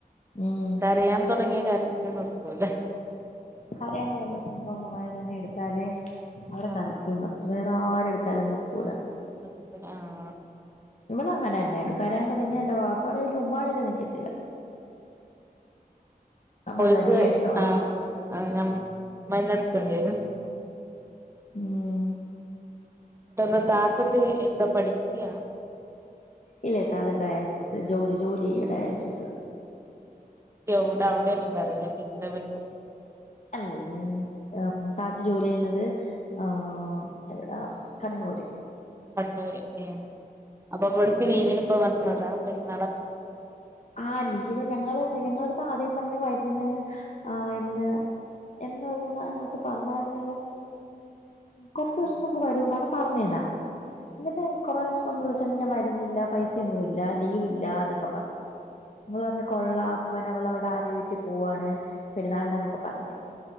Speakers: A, on the left; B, on the right.
A: ഉം
B: കരയാൻ തുടങ്ങിയ കര്ചിൽ നിർത്തൂല
A: കരയാൻ തൊടങ്ങിയ സ്വന്തമ്മമാര് തന്നെ എടുത്താലേ അവരെ
B: ആഹ്
A: കരച്ചില് നിർത്തൂ താ ആരെ എടുത്താലും നിർത്തൂല്ല.
B: നിക്കൂല്ല ആഹ്
A: ഇവള് അങ്ങനെ തന്നെയാണ് കരയാൻ തൊടങ്ങിയ എന്റെ വാപ്പാടെ കൈയിലും ഉമ്മാടെ കയ്യിയിലും നിക്കത്തില്ല. നമ്മള്
B: ഓലുക്ക്
A: തന്നെ എടുത്തോണം
B: ആഹ് നമ്മ ഉമ്മന്നെടക്കേണ്ടിരും
A: ഉം
B: പെട്ടന്ന് താത്തയെന്തിന്ന് പഠിക്യാ.
A: ഇല്ല താത്ത ഡയാലിസിസ്. ജോലി ജോലി ഡയാലിസിസ്.
B: എവിടെ അവിടെ. <unintelligible>
A: അല്ലല്ല താത്ത ജോലി ചെയ്യുന്നത്. ആഹ് എവിടെ കണ്ണൂര്.
B: കണ്ണൂര് ഏഹ് അപ്പൊ അവള് പ്പ ലീവിന് ഇപ്പൊ വന്നതാ <unintelligible>
A: ആ ലീവ് ഞങ്ങള് ഞ ങ്ങളടുത്ത് ആദ്യം പറ്ഞ്ഞ് വര്ന്ന് ആ എന്ന് എന്നൊ എന്നാ ഞങ്ങളട്ത്ത് പറഞ്ഞായിരുന്നല്ലോ കൊറ്ച്ചോസ്ത്തിന്
B: ഉം
A: മുമ്പ് വരൂന്നാണ്ല്ലൊ പറ്ഞ്ഞിടാം ഇന്നലെ കൊറോഷ <unintelligible> വരുന്നില്ല പൈസെന്നുല്ല ലീവ് ഇല്ല ന്നൊക്കെ പറഞ്ഞ്. ഇങ്ങള് പറഞ്ഞ് കൊള്ളാം അപ്പ പിന്നെ അവള് ആരെ വീട്ടി പോവാണ് പെരുന്നാളിന്റന്നൊക്കെ പറഞ്ഞിര്ന്ന്